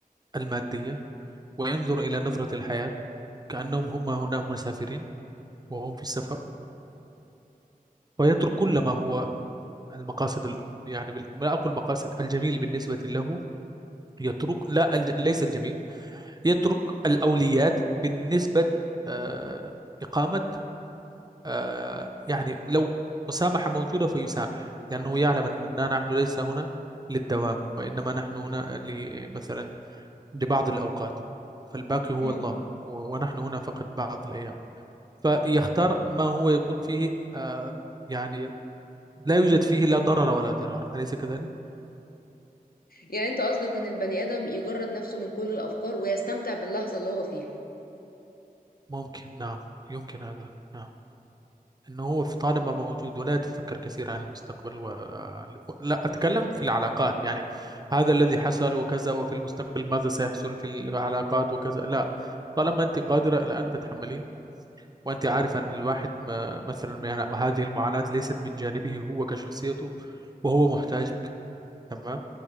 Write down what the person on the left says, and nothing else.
مم.
يعني انت قصدك ان البني ادم يجرد نفسه من كل الافكار ويستمتع باللحظه اللي هو فيها